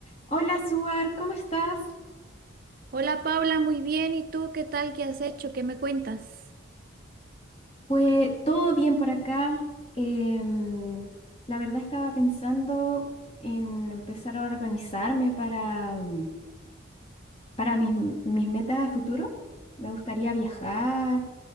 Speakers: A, on the left; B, on the right.
A: Hola, Suar, ¿cómo estás?
B: Hola Paula, muy bien. ¿Y tú qué tal? ¿Qué has hecho? ¿Qué me cuentas?
A: Pues todo bien por acá. Em, la verdad estaba pensando en empezar a organizarme para, mm, para mis, mis metas a futuro. Me gustaría viajar.